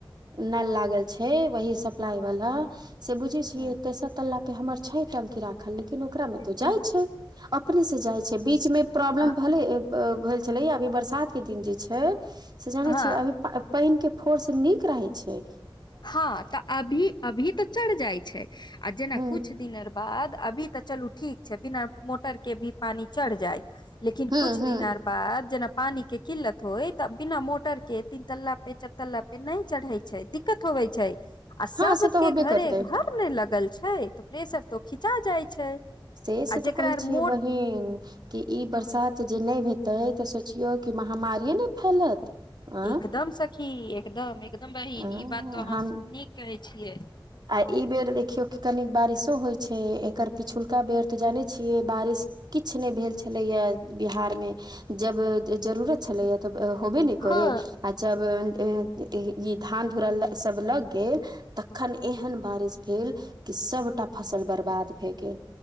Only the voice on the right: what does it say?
नल लागल छैय वही सब सपलाई वाला
से बुझैय छीयै
तेसर तल्ला पे हमर छय टंकी राखल लेकिन ओकरा मे त
जाइ छैय अपने से जाइ छैय बीचमे प्रॉब्लम
भेलय, भेल छलैये अभी बरसात के दिन जे छैय से जानै
छियै अभी पानि के फोर्स नीक रहय छैय।
ह
ह
ह
हँ से तऽ
होबे
करतै
से से
तऽ
कहै
<inaudible> कि ई बरसात
जे नै हेतय तऽ सोचियौ कि महामारिए ने फैलत। आँ
आँ
हम
आ इ बेर देखियौ कनिक बारिसो होइ छैय एकर पिछुलका बेर तऽ जानै छियै बारिस किछ नै भेल छलैयै बिहारमे जब जरूरत छलैये तऽ होबे नै करैय,
आ जब इ धान धुरा सब लग गेल तखन एहन बारिस भेल कि सबटा फसल बर्बाद भए गेल।